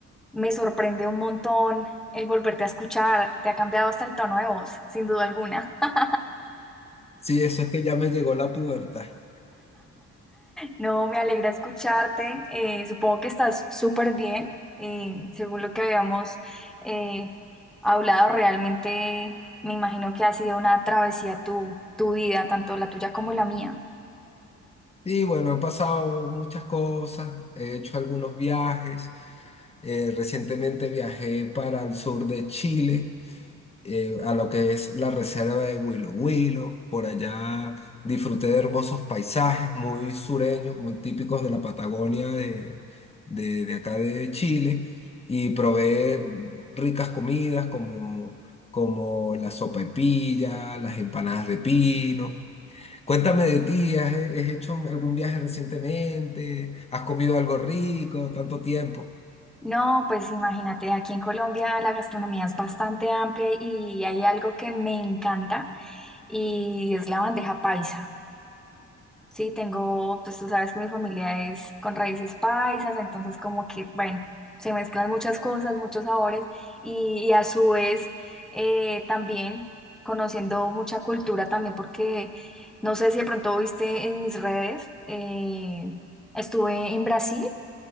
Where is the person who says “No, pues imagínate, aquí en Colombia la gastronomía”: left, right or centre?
Centre